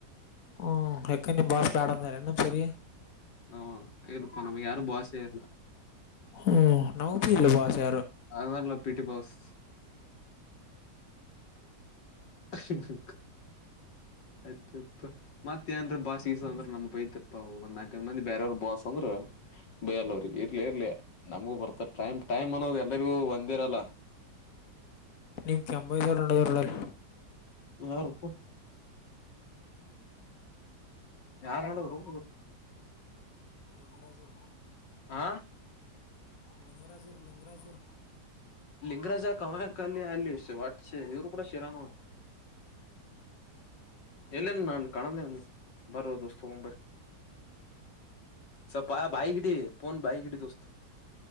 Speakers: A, on the left; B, on the left.
A: ಹ್ಮ್ ಎಕ್ಕ ನೀ ಬಾಸ್ ತೇಡಂದ ಎನ್ನ ಸರಿ
B: ನಾ ಇಲ್ಪ ನಮ್ಗೆ ಯಾರು ಭಾಷೆ ಇಲ್ಲ
A: ಹ್ಮ ನವುಪ ಇರ್ಲ್ಲ ಬಸೆ
B: ಅಾರಲ್ಲ ಪಿಟಿ ಬಸ್ ಸಿಿ ಸಿ ಆಯ್ತತ್ ಮತ್ತೇಏನ್್ರ ಬಾಸ್ಗೀಸ ಅಂದ್ರ ನಮ್ ಬೈತಪ್ಪ ಒಂದ ನಾಲ್ಕ್ ಮಂದಿ ಬೇರೆಯವರು ಬ ಅಂದ ಬೂ ಇರ್ಲಿ ಇರ್ಲಿ ನಮಗೂ ಬರ್ತ ಟೈಮ್ ಟೈಮ್ ಅನ್ನೋ ಎಲ್ಲರಿಗೂ ಒಂದೇರಲ್ಲ
A: ನಿಮ್ ಕೆಂಬೈ ಸಾವರರಡಲ್ಲಿ
B: ಯಾರ ಉಪ್ಪು ಯಾರ
A: ಹಾಂ
B: ಹೇಳ್ರು
A: ಇಂಗರಾಜರ
B: ಆ
A: ಲಿಂಗರಾಜುರ್ ಲಿಂಗರಾಜರ್
B: ಲಿಂಗರಾಜ ಕವನಕಲ್ಲಿ ಅಲ್ಲಿ ವಟ್ಸೆ ಇವರು ಕೂಡ ಶಿರಾನು
A: ಹಾಂ
B: ಎಲ್ಲನು ನನ್ು ಕಾಣಲ್ಲನು ಬರೋದು ತಗೊಂಬರ ಸಪ್ಪ ಬೈ ಕಿಡಿ ಪನ್ ಬಾಯ ಕಿಡಿ ದಸ್ತ